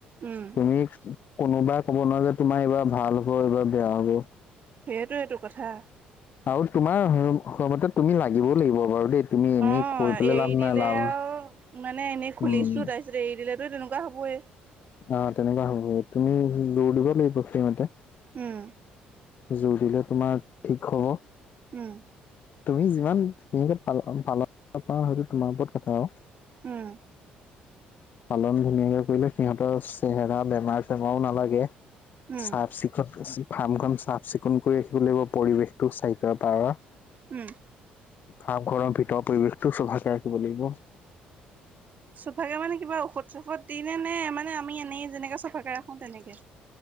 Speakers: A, on the right; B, on the left.
A: উম
B: তুমি। কোনোবাই ক'ব নোৱাৰে যে তোমাৰ এইবাৰ ভাল হ'ব এইবাৰ বেয়া হ'ব।
A: সেইটোৱেটো কথা।
B: আৰু তোমাৰ সময়মতে তুমি লাগিবও লাগিব বাৰু দেই। তুমি এনেই
A: অ
B: কৈ পেলাই
A: এৰি
B: লাভ
A: দিলে
B: নাই লাভ
A: আৰু মানে এনেই খুলিছোঁ
B: উম
A: তাৰপিছত এৰি দিলে। <unintelligible> তেনেকুৱা হ'বয়ে।
B: অ তেনেকুৱা হ'ব তুমি জোৰ দিব লাগিব সেইমতে।
A: উম।
B: জোৰ দিলে তোমাৰ ঠিক হব।
A: উম।
B: তুমি যিমান প-পাল <unintelligible> সেইটো তোমাৰ ওপৰত কথা আৰু।
A: <unintelligible>
B: পালন ধুনীয়াকে কৰিলে সিহঁতৰ চেহেৰা বেমাৰ চেমাৰও নালাগে।
A: উম
B: চাফ চিকুণ ফাৰ্মখন চাফ চিকুণ কৰি ৰাখিব লাগিব পৰিৱেশটো। <unintelligible>
A: উম।
B: খাপ ঘৰৰ ভিতৰৰ পৰিৱেশটো চফাকে ৰাখিব লাগিব।
A: চোফাকে মানে কিবা ঔষধ চফত দিনে নে মানে আমি এনেই যেনেকে চফাকে ৰাখো তেনেকে।